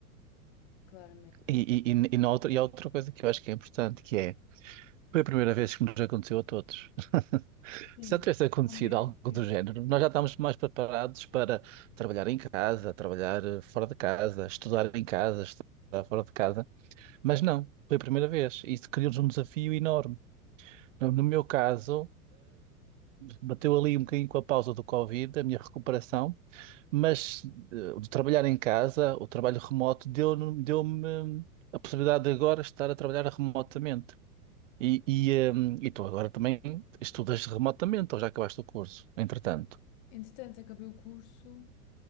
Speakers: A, on the left; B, on the right.
A: claramente.
B: E, e, e, e, na outra, e há outra coisa que eu acho que é importante, que é, foi a primeira vez que nos aconteceu a todos. <laughs>
A: Sim,
B: Se já tivesse acontecido
A: ao mesmo
B: algo
A: tempo.
B: do género, nós já estávamos mais preparados para trabalhar em casa, trabalhar eh, fora de casa, estudar em casa, estudar fora de casa. Mas não, foi a primeira vez. Isso criou-nos um desafio enorme. No no meu caso. bateu ali um bocadinho com a pausa do Covid, a minha recuperação, mas eh, de trabalhar em casa, o trabalho remoto, deu-me deu-me a possibilidade de agora estar a trabalhar remotamente. E, e, eh, e tu agora também estudas remotamente, ou já acabaste o curso, entretanto?
A: Entretanto, acabei o curso,